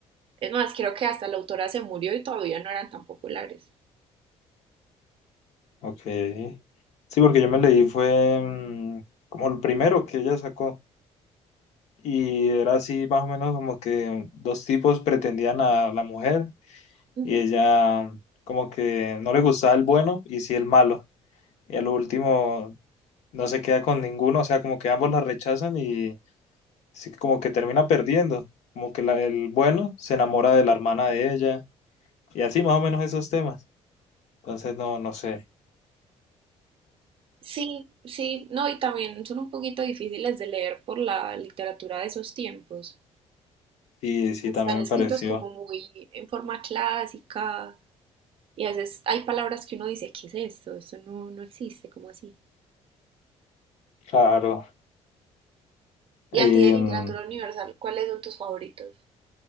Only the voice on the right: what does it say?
Es más, creo que hasta la autora se murió y todavía no eran tan populares.
Ujú.
Sí, sí, no, y también son un poquito difíciles de leer por la literatura de esos tiempos.
están escritos
como muy en forma clásica y a veces hay palabras que uno dice, ¿qué es esto? Esto no, no existe, como así.
Y a ti de literatura universal, ¿cuáles son tus favoritos?